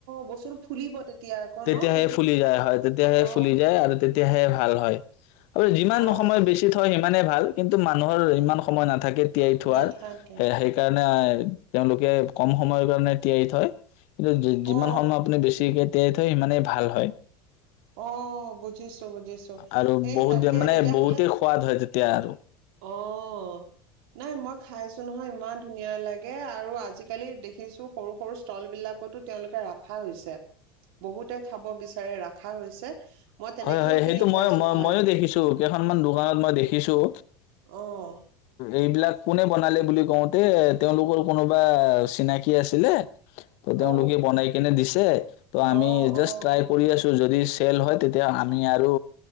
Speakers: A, on the right; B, on the left.
A: বস্তুটো ফুলিব তেতিয়া আকৌ
B: তেতিয়াহে
A: ন সেইটো
B: ফুলি যায় হয় তেতিয়াহে
A: অ
B: ফুলি যায় আৰু তেতিয়াহে ভাল হয় আৰু যিমান
A: আহ
B: নহয় সময় বেছি থয় সিমানে ভাল কিন্তু মানুহৰ ইমান সময় নাথাকে তিয়াই থোৱাৰ
A: নেথাকে
B: স সেইকাৰণে তেওঁলোকে কম সময়ৰ কাৰণে তিয়াৰ থয় যিমান
A: অ
B: সময় আপুনি বেছিকে তে', -থৈ, সিমানেই ভাল হয়।
A: অ', বুজিছোঁ, বুজিছোঁ।
B: আৰু
A: সেইটাকে,
B: বহুত মানে
A: তেতিয়াহ'লে
B: বহুতেই সোৱাদ হয় যে তেতিয়া আৰু
A: অহ ', নাই, মই খাইছোঁ নহয়। ইমান ধুনীয়া লাগে। আৰু আজিকালি দেখিছোঁ সৰু-সৰু স্থলবিলাকতো, তেওঁলোকে ৰাখা হৈছে। বহুতে খাব বিচাৰে, ৰাখা হৈছে। মই তেনেকেও
B: হয়, হয়। সেইটো
A: কিনি খাইছো
B: মই,
A: ভাল
B: ময়ো দেখিছোঁ। কেইখনমান দোকানত মই দেখিছোঁ।
A: অ', -
B: এইবিলাক কোনে বনালে বুলি কওঁতে, তেওঁলোকৰ কোনোবা চিনাকি আছিলে ত', তেওঁলোকে
A: অ
B: বনাই কেনে দিছে। ত', আমি
A: অ
B: জাষ্ট
A: অ
B: ট্ৰাই কৰি
A: অ
B: আছোঁ, যদি তেল হয় তে তেতিয়া আমি আৰু,